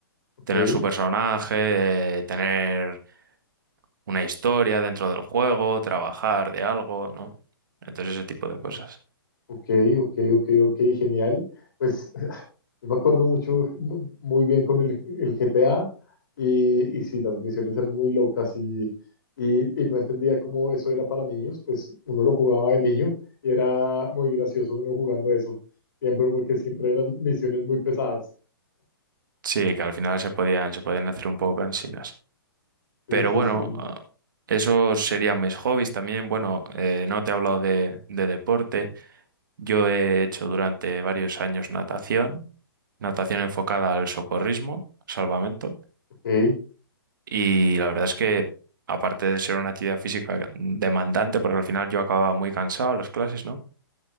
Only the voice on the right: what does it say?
Tener su personaje, eh, tener una historia dentro del juego, trabajar de algo, ¿no? Entonces ese tipo de cosas.
Sí, que al final se podían, se podían hacer un poco cansinas.
Pero
bueno,
ah, esos serían mis hobbies también. Bueno, eh, no te he hablado de, de deporte. Yo he hecho durante varios años natación, natación enfocada al socorrismo, salvamento.
Y la verdad es que, aparte de ser una actividad física demandante, porque al final yo acababa muy cansado en las clases, ¿no?